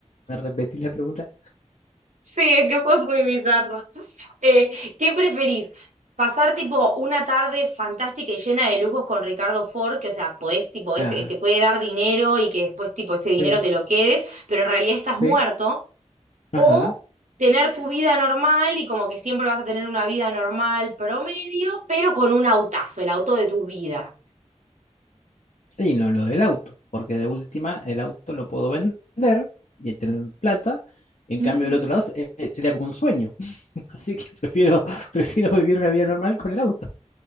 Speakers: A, on the left (about 75°); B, on the right (about 80°).
A: ¿Me repetís la pregunta?
B: Sí, es que fue muy bizarro. Eh, ¿qué preferís? ¿Pasar tipo una tarde fantástica y llena de lujos con Ricardo Ford, que o sea, podés, tipo, ese,
A: Ajá,
B: te puede dar dinero y que después tipo ese dinero
A: sí,
B: te lo quedes, pero en realidad estás
A: sí,
B: muerto?
A: ajá.
B: ¿O tener tu vida normal y como que siempre vas a tener una vida normal promedio, pero con un autazo, el auto de tu vida?
A: Y no lo del auto, porque de última el auto lo puedo vender y tener plata. En
B: Mm.
A: cambio, del otro lado se- eh, sería como un sueño. <laughs> Así que prefiero, <laughs> prefiero vivir la vida normal con el auto.